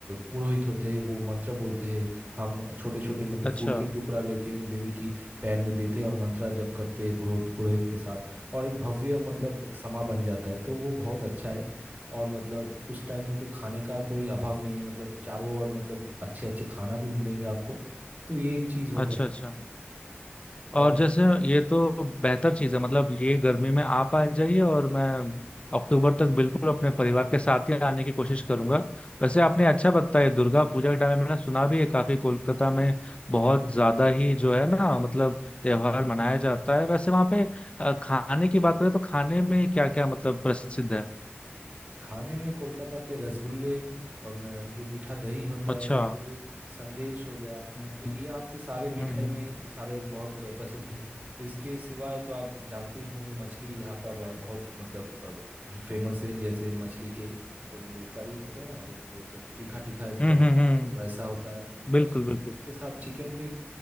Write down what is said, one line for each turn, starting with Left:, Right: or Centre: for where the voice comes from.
Right: पुरोहित होते हैं वो मंत्र बोलते हैं हम छोटे छोटे मतलब
Left: अच्छा
Right: फूल के टुकड़ा लेके देवी की पैर में देते हैं और मंत्र जप करते हैं पुरोहित पुरोहित के साथ और एक भव्य मतलब
Left: हम्म,
Right: एक समा बन जाता है तो वो बहुत अच्छा है और मतलब उस टाइम में तो खाने का कोई अभाव नहीं है मतलब चारों ओर मतलब अच्छे अच्छे खाना भी मिलेंगे आपको तो ये एक चीज़ हो गया
Left: अच्छा अच्छा
Right: और
Left: और जैसे ये तो बेहतर चीज है मतलब ये गर्मी में आप आ जाइए और मैं अक्टूबर तक बिल्कुल अपने परिवार के साथ ही आने की कोशिश करूंगा वैसे आपने अच्छा बताया दुर्गा पूजा के टाइम में मैंने सुना भी है काफी कोलकाता में बहुत ज्यादा ही जो है ना मतलब त्योहार मनाया जाता है वैसे वहां पे अ, खाने की बात करें तो खाने में क्या क्या मतलब प्रसिद्ध है
Right: खाने में कोलकाता के रसगुल्ले अम, जो मीठा दही होता
Left: अच्छा
Right: है वो संदेश हो गया
Left: हम्म
Right: तो ये आपके सारे
Left: हम्म
Right: मिठाई
Left: हम्म
Right: में सारे बहुत अ, प्रसिद्ध है इसके सिवाय तो आप जानते ही होंगे मछली यहाँ का ब- बहुत मतलब फेमस है जैसे मछली के वो करी होते हैं ना वो वो तो तीखा तीखा एकदम
Left: हम्म हम्म,
Right: तो
Left: हम्म,
Right: वैसा होता है
Left: बिल्कुल
Right: और उस-
Left: बिल्कुल
Right: इसके साथ चिकन भी